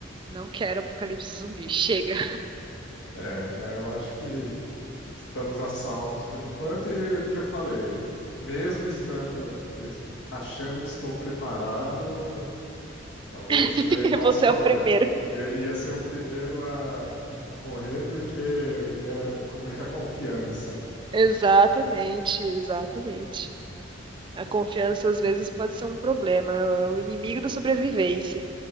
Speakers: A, on the right (about 25°); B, on the left (about 65°).
A: Não quero apocalipse zumbi. Chega.
B: É, mas eu acho que estamos a salvos por enquanto. E o que eu falei, mesmo estando, eu es- achando que estou preparado, talvez
A: <laughs>
B: é igual
A: Você
B: você falou,
A: é o primeiro.
B: eu ia ser o primeiro a, a morrer porque eu ia com muita confiança.
A: Exatamente, exatamente. A confiança às vezes pode ser um problema, é o inimigo da sobrevivência.